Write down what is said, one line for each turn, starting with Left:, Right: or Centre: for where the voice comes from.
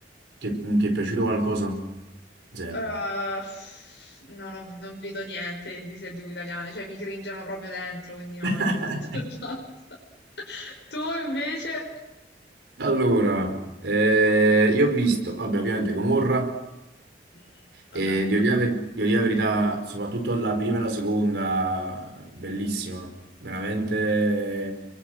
Right: che che ti è piaciuto qualcosa? Zero.
Left: Uh, no, non, ho- non vedo niente di serie TV italiane, cioè mi cringiano proprio dentro, quindi no,
Right: <laughs>
Left: le salto <laughs> e basta. Tu invece?
Right: Allora, eh, io ho visto, vabbè, ovviamente Gomorra,
Left: Mm, Vabbè.
Right: E devo dire, la ver- devo dire la verità, soprattutto la prima e la seconda, bellissima, veramente